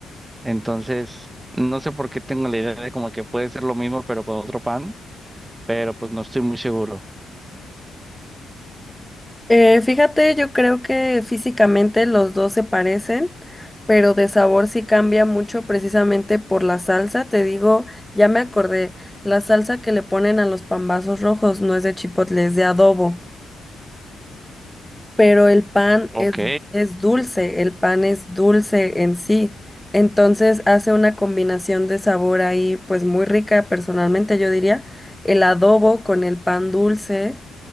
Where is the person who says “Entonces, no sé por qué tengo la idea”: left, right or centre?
Right